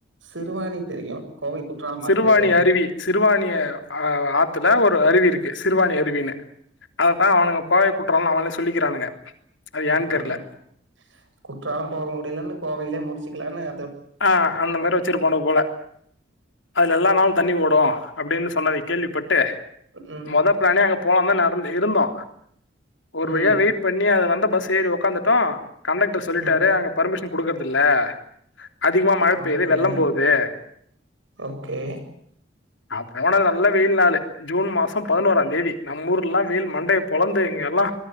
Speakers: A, on the right; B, on the left.
A: சிறுவாணி தெரியு கோவை குற்றாலம்
B: சிறுவாணி
A: அது பேரு
B: அருவி சிறுவாணிய பாத்துப் ல்ல ஒரு அருவி இருக்கு சிறுவாணி அருவினு அதுதா அவனுங்க கோவை குற்றால அவனே சொல்லிக்கிறானுங்க அது
A: உம்
B: ஏன்னு தெர்ல
A: குற்றாலம் போக முடியலனு கோவையிலயே முடிச்சிக்கலான்னு
B: ஆ அந்த மாரி வச்சிருப்பானுவ போல அதுல எல்லா நாலு தண்ணி ஓ போ அப்பிடின் சொன்னது கேள்விப்பட்டு
A: ம்
B: மொதல் ப்ளேனே அங்கப் போவாம நடந்து இருந்தோ ஒரு வழியா
A: ம்
B: வெயிட் பண்ணி அது வந்தப் பஸ் ஏறி ஒக்காந்துட்டா கண்டக்டர் சொல்லிட்டாரு
A: ம்
B: அங்க பர்மிஷன் குடுக்குறதுல்ல அதிகமா மழ்
A: ஓகே
B: பெய்யுது வெள்ளம் போதே
A: ஓகே
B: நா போனது நல்ல வெயில் நாளு ஜூன் மாசம் பதினொரா தேதி நம்ம ஊர்த் இங்குள வெயில் மண்டைய பொழந்து இங்க எல்லா